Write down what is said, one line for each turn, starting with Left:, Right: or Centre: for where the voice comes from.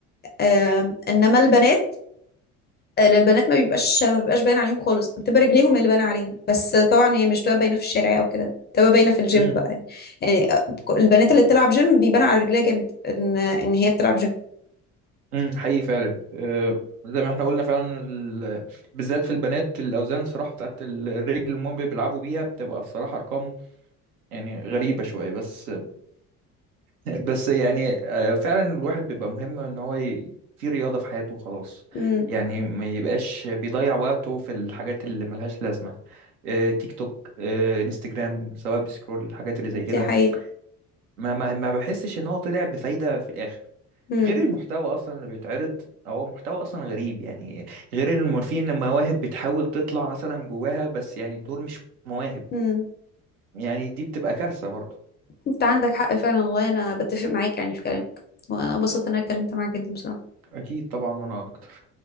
Left: آم، إنما البنات آه، للبنات ما بيبقاش ما بيبقاش باين عليهم خالص بتبقى رجليهم اللي باينة عليهم بس آه، طبعا هي مش بتبقى باينة في الشارع أو كده بتبقى باينة في الجيم
Right: امم
Left: بقى يعني يعني آه، البنات اللي بتلعب جيم بيبان على رجليها جامد إن إن هي بتلعب جيم
Right: امم حقيقي فعلا اه،
Left: مم.
Right: زي ما احنا قلنا فعلا ال... بالذات في البنات الاوزان الصراحه بتاعت الرجل اللي هم بيلعبوا بيها بتبقى الصراحه ارقام يعني غريبه شويه بس بس يعني آه، فعلا الواحد بيبقى مهم ان هو ي- في رياضة في حياته خلاص
Left: مم.
Right: يعني ما يبقاش بيضيع وقته في الحاجات اللي ملهاش لازمة آه، تيك توك آه، انستجرام سواء بيسكرول الحاجات اللي زي كده
Left: دي حقيقة
Right: ما ما ما بحسش ان هو طلع بفايدة في الاخر
Left: مم.
Right: غير المحتوى اصلا اللي بيتعرض هو محتوى اصلا غريب يعني غير ان في ان مواهب بتحاول تطلع مثلا جواها بس يعني دول مش مواهب
Left: مم.
Right: يعني دي بتبقى كارثة برضه
Left: انت عندك حق فعلا والله انا بتفق معاك يعني في كلامك وانا انبسطت ان انا اتكلمت معاك جدا بصراحة
Right: اكيد طبعا وانا اكتر